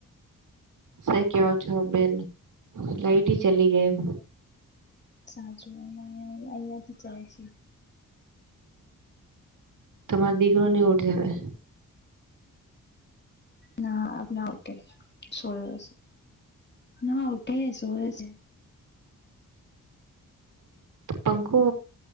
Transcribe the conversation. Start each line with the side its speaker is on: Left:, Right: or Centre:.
Right: સા કેવ છો બેન લાઈટ હ ચલી ગઈ
Left: સાચુંં અહીયાથી જાય છે
Right: તમારો દીકરો ની ઉઠે હવે
Left: ના આપ ના ઉઠે સોયો છે ના <unintelligible>
Right: પંખો